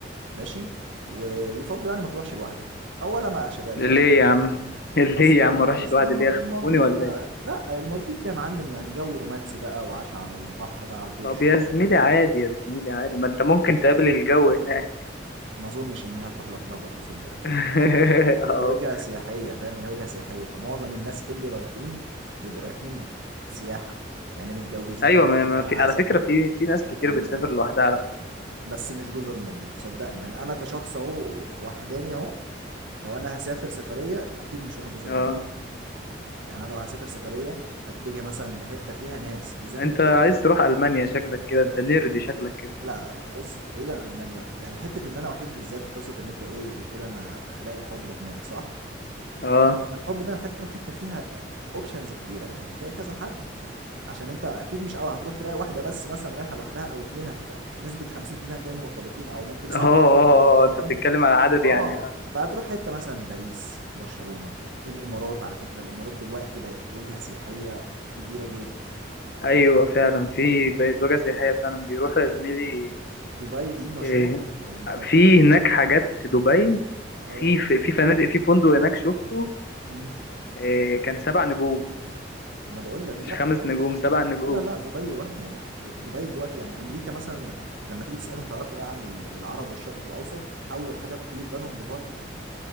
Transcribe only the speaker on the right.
ماشي ويفضل يعني ما تروحش لوحدك اولا ما يا شباب
يعني
اصل
اصل
الم-
المالديف
دي
لا المالديف دي يا معلم يعني جو رومانسي بقى وعاش على البحر بقى على ضوء
الشموع
ما اظنش ان هي هتروح لوحدها برضه صدقني
هي
وجهه سياحيه فاهم هي وجهه سياحيه فمعظم الناس اللي رايحين بيبقوا رايحين سياحه يعني متجوزين
شهر
عسل
الكلام
ده
بس مش جزر المالديف صدقني يعني انا كشخص اهو وحداني اهو لو انا هسافر سفريه اكيد مش هروح جزر
المالديف يعني انا لو هسافر سفريه هتجي مثلا لحته فيها ناس بالذات
انت بتقول
لا لا لا بص بعيدا عن المانيا يعني حته ان انا وحيد بالذات قصه ان انت ايه بتقول انا الاقي الحب هناك صح
الحب ده محتاج تروح حته فيها اوبشنز كتيره يعني تلاقي كذا حد عشان انت اكيد مش أول هتروح تلاقي واحده بس مثلا رايحه لوحدها او اتنين هت... نسبه 50% هتلاقيهم مرتبطين او ممكن صعب
انك ت-
فاهم
اه
فهتروح حته مثلا باريس برشلونه الامارات على فكره الامارات دلوقتي بقت وجهه سياحيه كبيره جدا
دبي دي مشهور
يعني انت
اه
مم.
انا بقول لك
لا
دبي
لا لا لا دبي وهم يا باشا د- دبي دلوقتي يعني امريكا مثلا لما تيجي تسالهم تعرفوا ايه عن ال- العرب والشرق الاوسط اول حاجه بتيجي في بالهم دبي